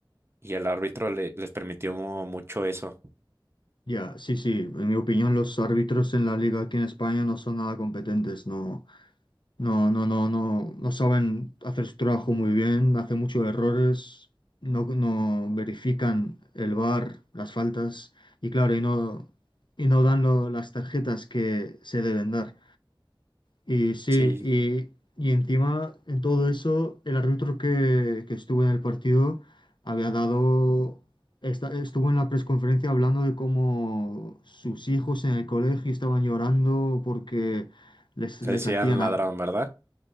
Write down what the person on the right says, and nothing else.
y el árbitro le- les permitió mucho eso.
Sí,
le
decían
ladrón,
¿verdad?